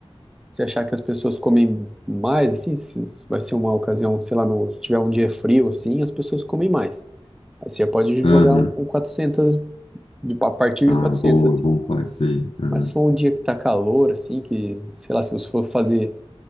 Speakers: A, in the centre; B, on the left.
A: você achar que as pessoas comem mais, assim, se se vai ser uma ocasião, sei lá, no, se tiver um dia frio, assim, as pessoas comem mais. Aí você já pode
B: Aham.
A: jogar um, um 400, de- a partir de
B: Ah,
A: 400,
B: boa, é
A: assim.
B: bom falar isso aí. Aham.
A: Mas se for um dia que tá calor, assim, que, sei lá, se você for fazer